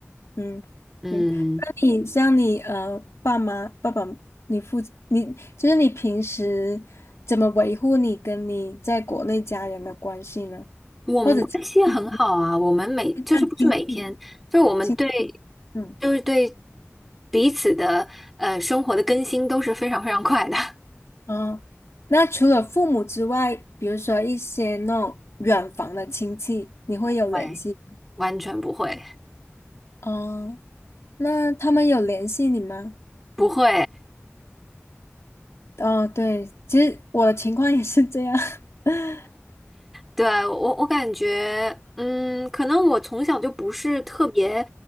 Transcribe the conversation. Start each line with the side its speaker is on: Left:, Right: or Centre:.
Left: 嗯，
Centre: 嗯，
Left: 行，那你像你呃爸妈爸爸，你父你就是你平时怎么维护你跟你在国内家人的关系呢？
Centre: 我们关系很好啊，
Left: 或者亲戚之类？
Centre: 我们每就是不是每天，
Left: 就像亲戚。
Centre: 就是我们对，
Left: 亲，历，嗯，
Centre: 就是对彼此的呃生活的更新都是非常非常快的，
Left: 啊，那除了父母之外，比如说一些那种远房的亲戚，你会有联系吗？
Centre: <laughs> 喂，完全不会，
Left: 哦，那他们有联系你吗？
Centre: 不会。
Left: 哦，对，其实我的情况也是这样。<laughs>
Centre: 对，我我感觉，嗯，可能我从小就不是特别，